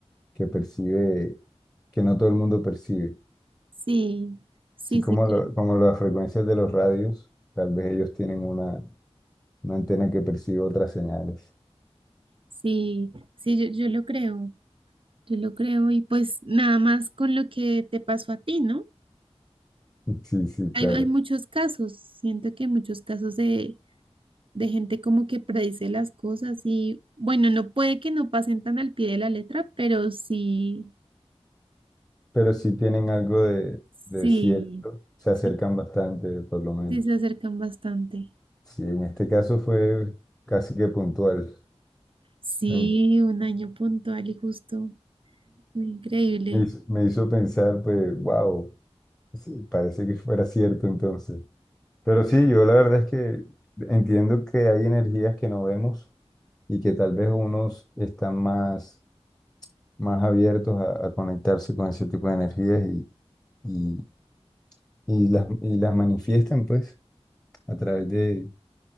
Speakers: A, in the centre; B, on the right (about 55°).
A: que percibe, que no todo el mundo percibe.
B: Sí, sí,
A: Así como,
B: sí, que-
A: lo- como las frecuencias de los radios, tal vez ellos tienen una, una antena que percibe otras señales.
B: sí, sí, yo, yo lo creo, yo lo creo y pues nada más con lo que te pasó a ti, ¿no?
A: <laughs> Sí, sí, claro.
B: Hay, hay muchos casos, siento que hay muchos casos de, de gente como que predice las cosas y bueno, no puede que no pasen tan al pie de la letra, pero sí.
A: Pero sí tienen algo de,
B: Sí,
A: de cierto, se acercan
B: sí,
A: bastante, por lo menos.
B: sí se acercan bastante.
A: Sí, en este caso fue casi que puntual.
B: Sí,
A: Me
B: un año puntual y justo. Increíble.
A: me hizo, me hizo pensar, pues, wow, parece que fuera cierto entonces. Pero sí, yo la verdad es que entiendo que hay energías que no vemos y que tal vez unos están más, más abiertos a, a conectarse con ese tipo de energías y, y, y las, y las manifiestan pues a través de